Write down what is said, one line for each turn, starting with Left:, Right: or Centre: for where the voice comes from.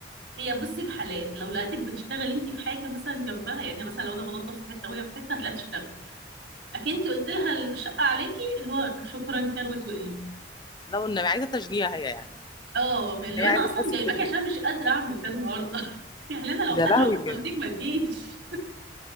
Right: هي بصي بحالات لو لقيتك بتشتغلي انت في حاجه مثلا جنبها يعني مثلا لو انا بنضف في حته وهي في حته هتلاقيها تشتغل لكن انت قلت لها الشقه عليكي اللي هو شكرا كروت وقلب
Left: لو ان عايزه تشجيع هي يعني
Right: اه
Left: يعني
Right: اللي
Left: هي
Right: هو
Left: عايزه
Right: انا اصلا
Left: تحس
Right: جايباكي
Left: بتشجيع
Right: عشان مش قادره اعمل ده النهارده <laughs> يعني انا لو
Left: يا
Right: قادره
Left: لهوي
Right: كنت
Left: بجد
Right: قلت لك ما تجيش